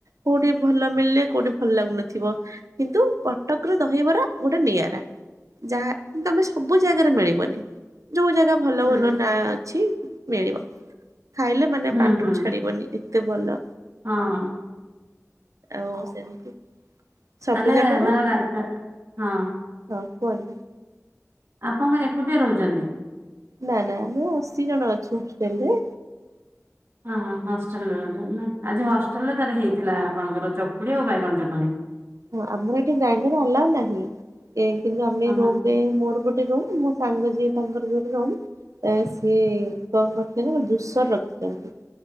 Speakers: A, on the right (about 85°); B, on the right (about 50°).
A: କୋଉଠି ଭଲ ମିଳିଲେ କୋଉଠି ଭଲ ଲାଗୁନଥିବ। କିନ୍ତୁ କଟକ ର ଦହିବରା ଗୋଟେ ନିଆରା। ଯାହା ତମେ ସବୁ ଜାଗାରେ ମିଳିବନି, ଯୋଉ ଜାଗା ଭଲ
B: ହୁଁ
A: ଭଲ ନାଁ ଅଛି, ମିଳିବ। ଖାଇଲେ ମାନେ
B: ହୁଁ
A: ପାଟିରୁ
B: ହୁଁ
A: ଛାଡିବନି ଏତେ ଭଲ।
B: ହଁ।
A: ଆଉ ସେମିତି, ସବୁ
B: ତାନେ
A: ଜାଗାର
B: ମା ରାଧା ହଁ।
A: ହଁ କୁହନ୍ତୁ।
B: ଆପଣ କଣ ଏକୁଟିଆ ରହୁଛନ୍ତି?
A: ନା ନା ଆମେ ଅଶୀ ଜଣ ଅଛୁ ହଷ୍ଟେଲ ରେ।
B: ହଁ ହଁ ହଷ୍ଟେଲରେ ରହୁଛନ୍ତି ନା ଆଜି ହଷ୍ଟେଲରେ ତାର ହେଇଥିଲା। ଆପଣଙ୍କର ଚକୁଳି ଆଉ ବାଇଗଣ ଚଟଣି।
A: ହଁ, ଆମର ଏଠି ଗ୍ରାଇଣ୍ଡର ଆଲାଉ ନାହିଁ। ଏ କିନ୍ତୁ ଆମେ ଏଇ
B: ଓହୋ
A: ରୁମରେ ମୋର ଗୋଟେ ରୁମ ମୁଁ ସାଙ୍ଗ ଯିଏ ତାଙ୍କର ବି ଗୋଟେ ରୁମ। ତାରେ ସିଏ କଣ କରିଥିଲେ ନା ଗୋଟେ ଜୁସ ରଖିଛନ୍ତି।